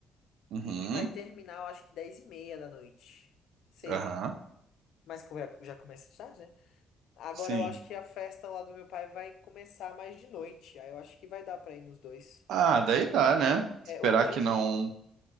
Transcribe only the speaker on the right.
Uhum.
Aham.
Sim.
Ah, daí dá, né?
Esperar
que não